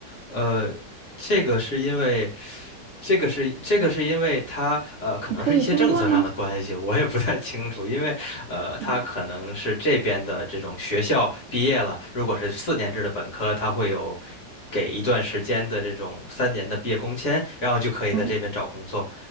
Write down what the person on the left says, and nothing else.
呃，这个是因为，这个是这个是因为它呃，可能是一些政策上的关系，
我也不太清楚，因为呃，它可能是这边的这种学校毕业了，
如果是四年制的本科，它会有给一段时间的这种三年的毕业工签，然后就可以在这边找工作。